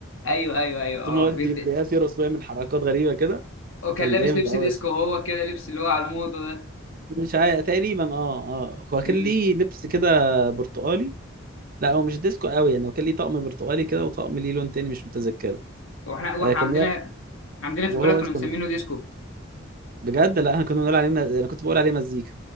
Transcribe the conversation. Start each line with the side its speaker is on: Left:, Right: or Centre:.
Left: ايوه ايوه ايوه اه
Right: طول ما هو واقف
Left: بيت-
Right: بي- بيقف يرقص ويعمل حركات غريبه كده
Left: هو كان
Right: كان
Left: لابس
Right: جامد
Left: لبس
Right: قوي
Left: ديسكو وهو كده لبس اللي هو على الموضه ده
Right: مش عارف تقريبا اه اه هو كان
Left: امم
Right: ليه لبس كده برتقالي لا هو مش ديسكو قوي يعني هو كان ليه طقم برتقالي كده وطقم ليه لون تاني مش متذكره
Left: واحنا واحنا
Right: آه كان
Left: عندنا
Right: لا-
Left: عندنا في
Right: وهو
Left: البلد كنا مسمينه
Right: كان
Left: ديسكو
Right: بجد لا احنا كنا بنقول عليه مز... انا كنت بقول عليه مزيكا